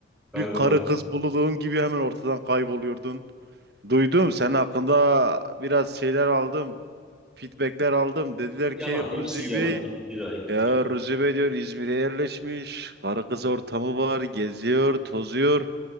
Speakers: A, in the centre; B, on the right.
A: <laughs> Kanka
B: Bir karı
A: bak
B: kız bulduğun gibi hemen ortadan kayboluyordun. Duydum sen hakkında biraz şeyler aldım. Feedbackler aldım. Dediler ki
A: yalan
B: Ruzi
A: hepsi yalan
B: Bey
A: iftira iftira.
B: Ya Recep ediyor İzmir'e yerleşmiş. Karı kız ortamı var. Geziyor, tozuyor.